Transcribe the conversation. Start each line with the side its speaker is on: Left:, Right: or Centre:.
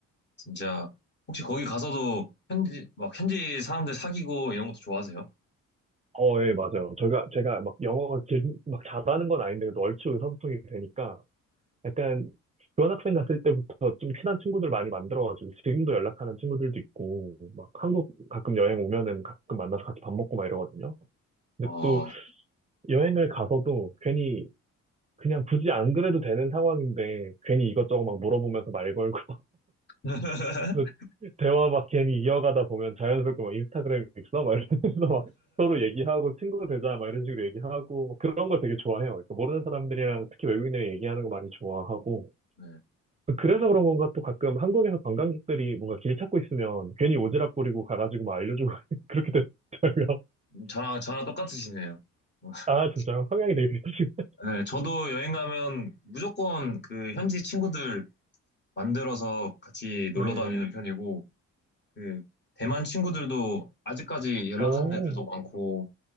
Left: 진짜 혹시 거기 가서도 현지 막 현지 사람들 사귀고 이런 것도 좋아하세요?
Right: 어, 예, 맞아요. 제가, 제가 막 영어가 길- 막 잘하는 건 아닌데, 그래도 얼추 의사소통이 되니까 약간 교환학생 갔을 때부터 좀 친한 친구들 많이 만들어가지고 지금도 연락하는 친구들도 있고, 막 한국 가끔 여행 오면은 가끔 만나서 같이 밥 먹고 막 이러거든요. 근데
Left: 와.
Right: 또 여행을 가서도 괜히 그냥 굳이 안 그래도 되는 상황인데 괜히 이것저것 막 물어보면서 말 걸고
Left: <laughs>
Right: <laughs> 대화 막 괜히 이어가다 보면 자연스럽게 막 인스타그램 있어? 막 이러면서 막 서로 얘기하고 친구 되자 막 이런 식으로 얘기하고 막 그런 걸 되게 좋아해요. 그러니까 모르는 사람들이랑 특히 외국인들이 얘기하는 거 많이 좋아하고
Left: 네.
Right: 그래서 그런 건가 또 가끔 한국에서 관광객들이 뭔가 길 찾고 있으면 괜히 오지랖 부리고 가가지고 막 알려주고 <laughs> 그렇게 되더라고요.
Left: 저랑 저랑 똑같으시네요. <laughs>
Right: 아 진짜 성향이 되게 비슷하시네.
Left: 네, 저도 여행 가면 무조건 그 현지 친구들 만들어서 같이 놀러 다니는
Right: 네.
Left: 편이고, 그 대만 친구들도 아직까지 연락하는
Right: 오,
Left: 애들도 많고,